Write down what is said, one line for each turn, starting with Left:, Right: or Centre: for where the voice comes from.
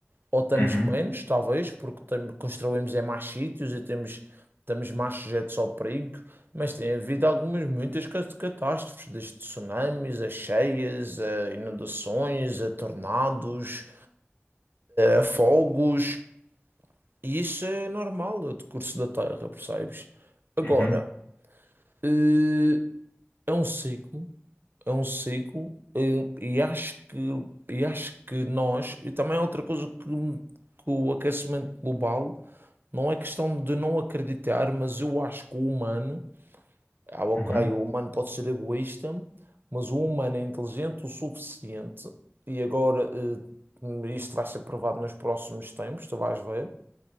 Right: Ou estamos
Left: uhum.
Right: menos, talvez, porque tam- construímos em mais sítios e temos, estamos mais sujeitos ao perigo, mas tem havido algumas, muitas cas- catástrofes, desde tsunamis, a cheias, a inundações, a tornados, a fogos, e isso é normal, é o decurso da Terra, percebes? Agora,
Left: Uhum,
Right: eh, é um ciclo é um ciclo eh, e, acho que e acho que nós e também há outra coisa que, que o aquecimento global não é questão de não acreditar, mas eu acho que o humano, ah, ok,
Left: uhum,
Right: o humano pode ser egoísta, mas o humano é inteligente o suficiente e agora eh, isto vai ser provado nos próximos tempos, tu vais ver